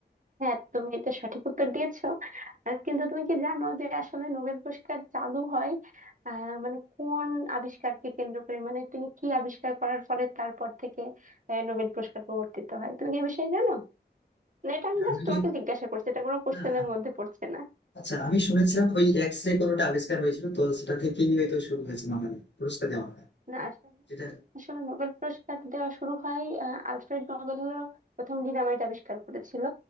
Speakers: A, on the right; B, on the left.
A: হ্যাঁ তুমি এটা সঠিক উত্তর দিয়েছো আর কিন্তু তুমি কি জানো যে আসলে নোবেল পুরস্কার চালু হয় আহ মানে কোন আবিষ্কারকে কেন্দ্র করে মানে তিনি কি আবিষ্কার করার ফলে তারপর থেকে আহ, নোবেল পুরস্কার প্রবর্তিত হয় তুমি কি এই বিষয়ে জানো না এটা আমি জাস্ট
B: আমি
A: তোমাকে
B: যে
A: জিজ্ঞাসা করছি এটা কোনো কোশ্চেনের
B: না
A: মধ্যে পড়ছে না
B: আচ্ছা আমি শুনেছিলাম ওই এক্স রে কোনোটা আবিষ্কার হয়েছিল তো সেটা থেকেই হয়তো শুরু হয়েছে মানে পুরস্কার দেওয়াটা
A: না আসলে
B: যেটা
A: আসলে নোবেল পুরস্কার দেওয়া শুরু হয় আহ, আলফ্রেড নোবেল হলো প্রথম ডিনামাইট আবিষ্কার করেছিল